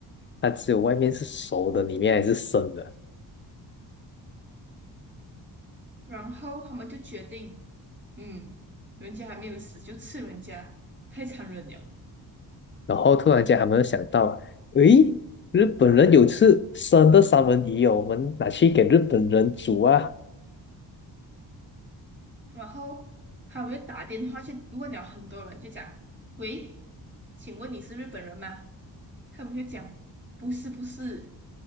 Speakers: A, on the left; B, on the right.
A: 它只有外面是熟的，里面还是生的，
B: 然后他们就决定，嗯，人家还没有死就吃人家，太残忍了。
A: 然后突然间他们就想到，诶。日本人有吃生的三文鱼哦，我们拿去给日本人煮啊。
B: 然后他们就打电话去问了很多人，就讲，喂，请问你是日本人吗？他们就讲，不是不是，